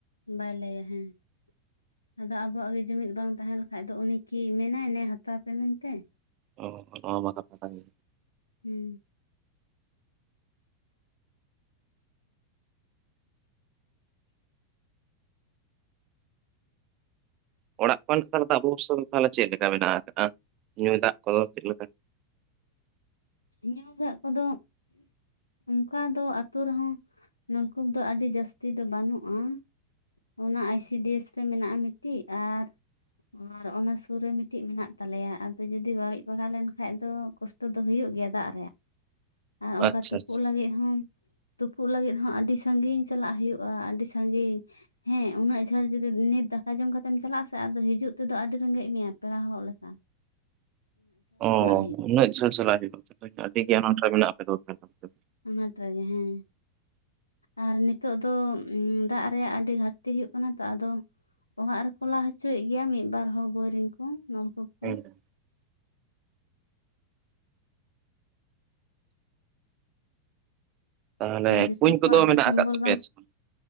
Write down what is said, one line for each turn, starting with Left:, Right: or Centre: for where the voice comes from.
Left: ᱵᱟᱭ ᱞᱟᱹᱭᱟ ᱦᱮᱸ ᱾ ᱟᱫᱚ ᱟᱵᱚᱣᱟᱜ ᱜᱮ ᱡᱩᱢᱤᱫ ᱵᱟᱝ ᱛᱟᱦᱮᱸ ᱞᱮᱠᱷᱟᱡ ᱫᱚ ᱩᱱᱤ ᱠᱤ ᱢᱮᱱᱟᱭ ᱱᱮ ᱦᱟᱛᱟᱣ ᱯᱮ ᱢᱮᱱ ᱛᱮ ᱾
Right: ᱚ ᱱᱚᱣᱟ ᱵᱟ ᱠᱟᱛᱷᱟ ᱠᱟᱱ ᱜᱮ᱾
Left: ᱦᱩᱸ
Right: ᱚᱲᱟᱜ ᱠᱷᱚᱱ <unintelligible> ᱟᱵᱚ ᱥᱮᱱ ᱛᱟᱦᱚᱞᱮ ᱪᱮᱜ ᱞᱮᱠᱟ ᱢᱮᱱᱟ ᱠᱟᱱᱟ ᱧᱩ ᱫᱟᱜ ᱠᱚᱫᱚ ᱪᱮᱜ ᱞᱮᱠᱟ ᱾
Left: ᱧᱩ ᱫᱟᱜ ᱠᱚᱫᱚ <inaudible> ᱚᱝᱠᱟ ᱫᱚ ᱟᱛᱳ ᱨᱮᱦᱚᱸ ᱱᱚᱞᱠᱩᱯ ᱫᱚ ᱟᱹᱰᱤ ᱡᱟᱹᱥᱛᱤ ᱫᱚ ᱵᱟᱹᱱᱩᱜᱼᱟ ᱾ ᱚᱱᱟ ᱟᱭᱥᱤᱰᱤ ᱮᱥ ᱨᱮ ᱢᱮᱱᱟᱜᱼᱟ ᱢᱤᱫᱴᱤᱡ ᱟᱨ ᱾ ᱟᱨ ᱚᱱᱟ ᱥᱩᱨ ᱨᱮ ᱢᱤᱫᱴᱤᱡ ᱢᱮᱱᱟᱜ ᱛᱟᱞᱮᱭᱟ ᱟᱫᱚ ᱡᱩᱫᱤ ᱵᱟᱹᱲᱤᱡ ᱵᱟᱲᱟ ᱞᱮᱱ ᱠᱷᱟᱡ ᱫᱚ ᱠᱚᱥᱴᱚ ᱫᱚ ᱦᱳᱭᱳᱜ ᱜᱮᱭᱟ ᱫᱟᱜ ᱨᱮᱭᱟᱜ ᱟᱨ ᱚᱝᱠᱟ
Right: ᱟᱪᱪᱷᱟ
Left: ᱛᱩᱯᱩᱜ
Right: ᱟᱪᱪᱷᱟ
Left: ᱞᱟᱹᱜᱤᱫ ᱦᱚᱸ ᱾ ᱛᱩᱯᱩᱜ ᱞᱟᱹᱜᱤᱫ ᱦᱚᱸ ᱟᱹᱰᱤ ᱥᱟᱺᱜᱤᱧ ᱪᱟᱞᱟᱜ ᱦᱳᱭᱳᱜᱼᱟ, ᱟᱹᱰᱤ ᱥᱟᱹᱜᱤᱧ ᱾ ᱦᱮᱸ ᱩᱱᱟᱹᱜ ᱡᱷᱟᱹᱞ ᱡᱩᱫᱤ ᱱᱤᱛ ᱫᱟᱠᱟ ᱡᱚᱢ ᱠᱟᱛᱮᱢ ᱪᱟᱞᱟᱜᱼᱟ ᱥᱮ ᱟᱫᱚ ᱦᱤᱡᱩᱜ ᱛᱮᱫᱚ ᱟᱹᱰᱤ ᱨᱮᱸᱜᱮᱡ ᱢᱮᱭᱟ ᱯᱮᱲᱟ ᱦᱚᱸᱜ ᱞᱮᱠ
Right: <inaudible> ᱚ
Left: ᱦᱩᱭᱩᱜᱼᱟ
Right: ᱩᱱᱟᱹᱜ ᱡᱷᱟᱹᱞ ᱪᱟᱞᱟᱜ ᱦᱩᱭᱩᱜᱼᱟ ᱟᱹᱰᱤ ᱜᱮ ᱟᱱᱟᱴ <unintelligible>
Left: ᱚᱱᱟᱴ ᱨᱮᱜᱮ ᱦᱮᱸᱼᱼ ᱟᱨ ᱱᱤᱛᱚᱜ ᱫᱚ ᱫᱟᱜ ᱨᱮᱭᱟᱜ ᱟᱹᱰᱤ ᱜᱷᱟᱨᱛᱤ ᱦᱩᱭᱩᱜ ᱠᱟᱱᱟ ᱛᱚ ᱟᱫᱚᱼᱼ ᱚᱲᱟᱜ ᱨᱮᱠᱚ ᱞᱟ ᱦᱚᱪᱚᱭᱮᱫ ᱜᱮᱭᱟ ᱢᱤᱫ ᱵᱟᱨ ᱦᱚᱸ ᱵᱳᱨᱤ ᱨᱮᱱ ᱠᱚ ᱱᱚᱞᱠᱩᱯ ᱠᱚ
Right: ᱦᱮᱸ ᱦᱮᱸ ᱛᱟᱦᱚᱞᱮ
Left: ᱟᱫᱚ ᱡᱚᱛᱚ
Right: ᱠᱩᱸᱧ ᱠᱚᱫᱚ
Left: ᱠᱚᱣᱟᱜ ᱫᱚ
Right: ᱢᱮᱱᱟᱜ
Left: ᱥᱚᱢᱵᱚᱞ
Right: ᱟᱠᱟᱫ ᱛᱟᱯᱮᱭᱟ ᱥᱮ ᱵᱟᱝ